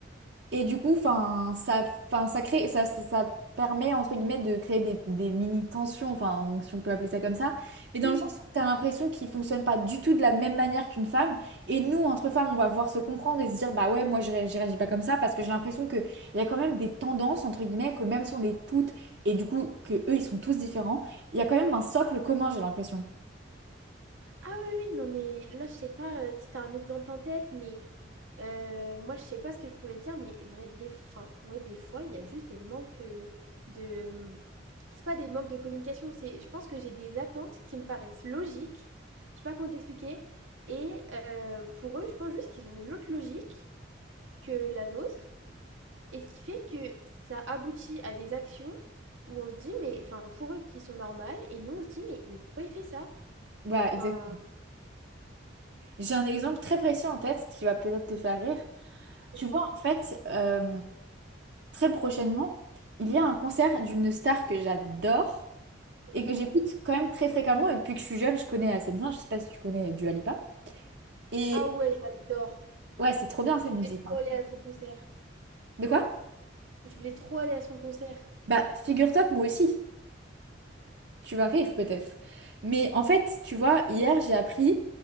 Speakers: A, on the right (about 60°); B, on the right (about 85°).
A: Et du coup, enfin, ça, enfin, ça crée, ça, ça, ça permet entre guillemets de créer des, des mini tensions, enfin, on- si on peut appeler ça comme ça. Mais dans
B: Oui.
A: le sens où t'as l'impression qu'ils fonctionnent pas du tout de la même manière qu'une femme. Et nous, entre femmes, on va voir se comprendre et se dire, bah ouais, moi, je, ré- je réagis pas comme ça parce que j'ai l'impression que il y a quand même des tendances entre guillemets que même si on est toutes et du coup que eux, ils sont tous différents, il y a quand même un socle commun, j'ai l'impression.
B: Ah oui, oui, non, mais là, je sais pas euh, si tu as un exemple en tête, mais euh, moi, je sais pas ce que je pourrais te dire, mais vrai, des, enfin, ouais, des fois, il y a juste des manques euh, de... hum, C'est pas des manques de communication, c'est, je pense que j'ai des attentes qui me paraissent logiques, je sais pas comment t'expliquer, et euh, pour eux, je pense juste qu'ils ont une autre logique que la nôtre, et ce qui fait que ça aboutit à des actions où on se dit, mais, enfin, pour eux qui sont normales, et nous, on se dit, mais, mais pourquoi il fait ça?
A: Bah, exact.
B: Enfin,
A: J'ai un exemple très précis en tête qui va peut-être te faire rire.
B: c'est
A: Tu
B: moi,
A: vois, en fait. euh, très prochainement, il y a un concert d'une star que j'adore
B: ok.
A: et que j'écoute quand même très fréquemment. Et depuis que je suis jeune, je connais assez bien. Je sais pas si tu connais Dua Lipa. Et
B: Ah ouais, j'adore.
A: ouais, c'est trop bien cette musique.
B: Je voulais
A: hein.
B: trop aller à son concert.
A: De quoi?
B: Je voulais trop aller à son concert.
A: Bah, figure-toi que moi aussi. Tu vas rire peut-être. Mais en fait, tu vois, hier, j'ai appris